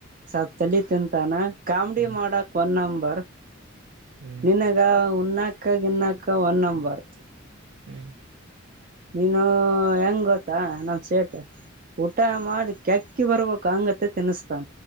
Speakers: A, on the right (about 45°); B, on the right (about 65°).
A: ಸ್ವಲ್ಪ್ ತಲೆ ತಿಂತಾನ ಕಾಮಿಡಿ
B: ಹ್ಮ್
A: ಮಾಡಕ್ ಒಂದ ನಂಬರ್
B: ಹ್ಮ್
A: ನಿನಗ ಉನ್ನಾಕ ಗಿನ್ನಾಕ ಒನ್ ನಂಬರ್.
B: ಹ್ಮ್
A: ನೀನು ಹೆಂಗ್ ಗೊತ್ತಾ ನಮ್ ಸೇಟ್ ಊಟ ಮಾಡ್ ಕೆಕ್ ಅಕ್ಕಿ ಬರ್ಬೇಕ್ ಅಂಗತೆ ತಿನ್ನಿಸ್ತಾ.